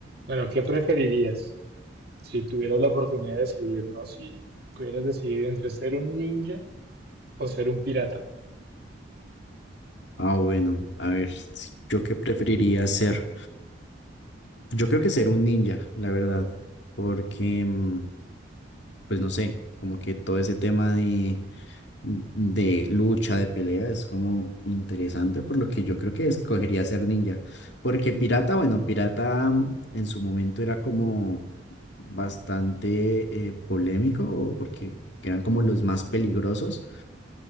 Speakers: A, on the right (about 50°); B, on the left (about 65°).
A: Bueno, ¿qué preferirías si tuvieras la oportunidad de decidir, ¿no? Si pudieras decidir entre ser un ninja o ser un pirata.
B: Ah, bueno, a ver, si- ¿yo qué preferiría ser? Yo creo que ser un ninja, la verdad, porque, mm, pues no sé, como que todo ese tema de, de lucha, de pelea, es como interesante, por lo que yo creo que escogería ser ninja, porque pirata, bueno, pirata mm, en su momento era como bastante eh, polémico, porque eran como los más peligrosos,